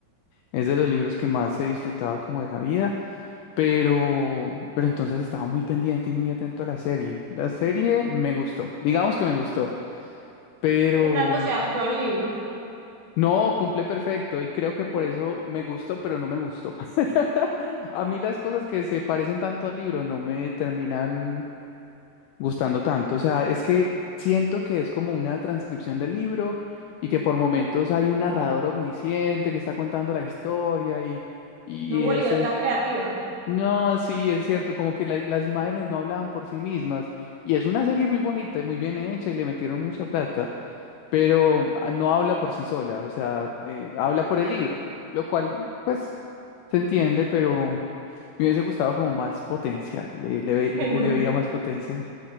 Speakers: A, on the left; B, on the right.
A: Es de los libros que más he disfrutado como de la vida, pero, pero entonces estaba muy pendiente y muy atento a la serie. La serie me gustó, digamos que me gustó, pero
B: ¿Qué tanto se adaptó al libro?
A: no cumple perfecto y creo que por
B: ¿Sí?
A: eso me gustó, pero no me gustó. <laughs> A mí las cosas que se parecen tanto al libro no me terminan gustando tanto. O sea, es que siento que es como una transcripción del libro y que por momentos
B: <laughs>
A: hay un narrador omnisciente que está contando la historia y, y
B: No hubo
A: y ese
B: libertad
A: es...
B: creativa.
A: No, sí, es cierto, como que la- las imágenes no hablaban por sí mismas. Y es una serie muy bonita
B: <laughs>
A: y muy bien hecha y le metieron mucha plata, pero ah, no habla por sí sola, o sea, eh, habla por el libro, lo cual, pues, se entiende, pero me hubiese gustado como más potencial, le, le, ve-
B: <laughs>
A: le- le veía más potencial.